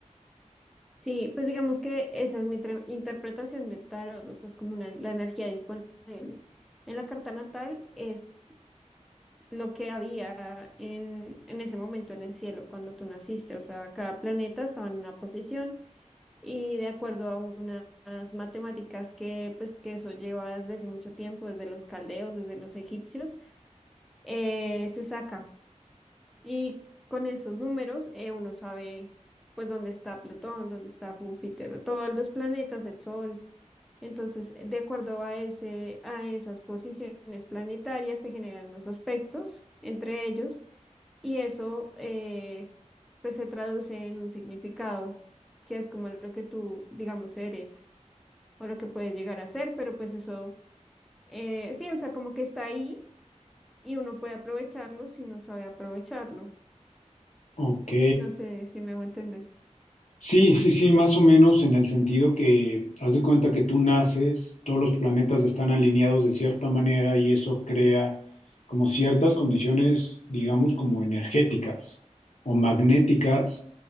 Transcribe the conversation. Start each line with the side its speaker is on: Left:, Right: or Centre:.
Centre: Sí, pues digamos que esa es mi tra- interpretación del tarot, o sea, es como una- la energía disponible. En la carta natal es lo que había en, en ese momento en el cielo cuando tú naciste, o sea, cada planeta estaba en una posición y de acuerdo a una- unas matemáticas que pues que eso lleva desde hace mucho tiempo, desde los caldeos, desde los egipcios, eh, se saca. Y con esos números eh, uno sabe pues dónde está Plutón, dónde está Júpiter, todos los planetas, el Sol. Entonces, de acuerdo a ese, a esas posiciones planetarias se generan los aspectos entre ellos y eso eh, pues se traduce en un significado que es como lo que tú, digamos, eres o lo que puedes llegar a hacer, pero pues eso, eh, sí, o sea, como que está ahí y uno puede aprovecharlo si uno sabe aprovecharlo.
Left: Ok,
Centre: No sé si me hago entender.
Left: sí, sí, sí, más o menos en el sentido que haz de cuenta que tú naces, todos los planetas están alineados de cierta manera y eso crea como ciertas condiciones, digamos, como energéticas o magnéticas